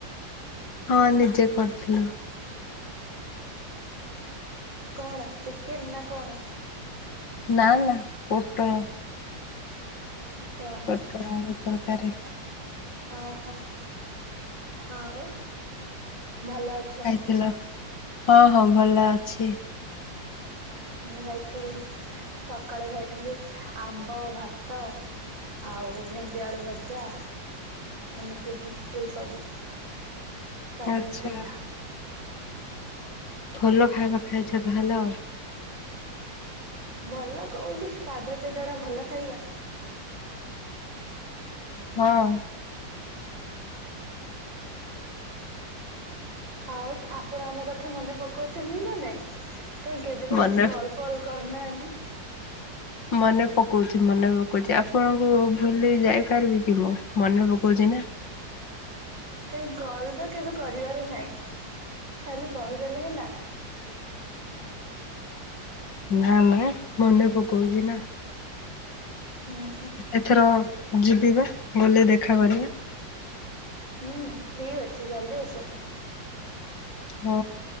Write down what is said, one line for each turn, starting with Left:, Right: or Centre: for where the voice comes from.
Left: ହଁ ନିଜେ କରିଥିଲୁ।
Right: କଣ ଚିକେନ ନା କଣ?
Left: ନା ନା ପୋଟଳ।
Right: ଓହୋ
Left: ପୋଟଳ ଆଳୁ ତରକାରୀ।
Right: ଓହୋ ଆଉ ଭଲ ଅଛ?
Left: ହ୍ୟାଲୋ ହଁ ହଁ ଭଲ ଅଛି।
Right: ମୁଁ ଖାଇଥିଲି ସକାଳେ ଖାଇଥିଲି ଆମ୍ବ ଭାତ ଆଉ ଭେଣ୍ଡିଆଳୁ ଭଜା। ଏମିତି ହିଁ ଏଇ ସବୁ ସାଧା
Left: ଆଚ୍ଛା
Right: ସିଧା।
Left: ଭଲ ଖାଇବା ଖାଇଛ ତାହେଲେ ଆଉ।
Right: ଭଲ କୋଉଠି ସାଧା ସିଧା ଟା ଭଲ ଖାଇବା।
Left: ହଁ।
Right: ଆଉ ଆପଣ ଆମ କଥା ମନେ ପକାଉଛନ୍ତି ନା ନାଇଁ କାଇଁ କେବେ ତ
Left: ମନେ
Right: କିଛି କଲ ଫଲ୍ କରିନାହାନ୍ତି।
Left: ମନେ ପକଉଛି ମନେ ପକଉଛି ଆପଣଙ୍କୁ ଭୁଲି ଯାଇପାରିବି କି ମୁଁ ମନେ ପ କଉଚି ନା।
Right: କାଇଁ କଲ ତ କେବେ କରିବାର ନାଇଁ ଖାଲି କହିଦେଲେ ହେଲା।
Left: ନା ନା ମନେ ପକଉଛି ନା।
Right: ହୁଁ ହୁଁ
Left: ଏଥର ଯିବିବା ଗୋଲେ ଦେଖା କରିବା।
Right: ହୁଁ ଠିକ୍ ଅଛି ଜଲ୍ଦି ଆସନ୍ତୁ।
Left: ହଁ